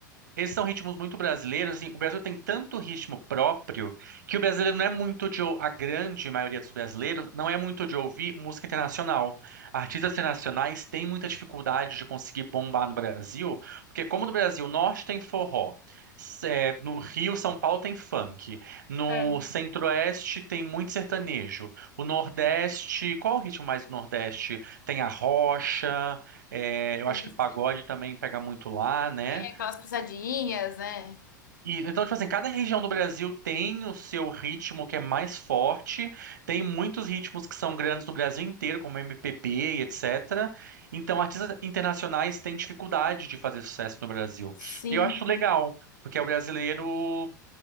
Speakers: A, on the right; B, on the left.
A: Esses são ritmos muito brasileiros, assim, o Brasil tem tanto ritmo próprio que o brasileiro não é muito de, ou- a grande maioria dos brasileiros não é muito de ouvir música internacional. Artistas internacionais têm muita dificuldade de conseguir bombar no Brasil, porque como no Brasil, o norte tem forró, s- é, no Rio, São Paulo tem funk, no
B: É,
A: centro-oeste tem muito sertanejo, o nordeste, qual o ritmo mais do nordeste? Tem a rocha, é, eu
B: e
A: acho
B: você-
A: que pagode também pega muito lá, né?
B: é aquelas pisadinhas, né?
A: E, então, tipo assim, cada região do Brasil tem o seu ritmo que é mais forte, tem muitos ritmos que são grandes no Brasil inteiro, como MPB e etc. Então, artistas internacionais têm dificuldade de fazer sucesso no Brasil.
B: Sim,
A: E eu acho
B: sim.
A: legal, porque é o brasileiro